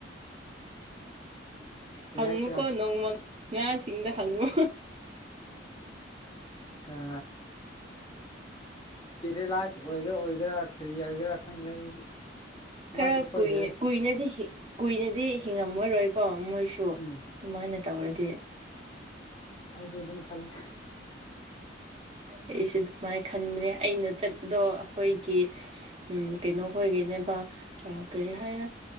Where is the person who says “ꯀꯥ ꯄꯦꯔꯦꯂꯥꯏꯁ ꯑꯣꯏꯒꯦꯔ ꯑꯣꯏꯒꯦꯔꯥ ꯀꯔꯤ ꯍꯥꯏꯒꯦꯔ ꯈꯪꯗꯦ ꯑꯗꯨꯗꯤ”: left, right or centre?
Left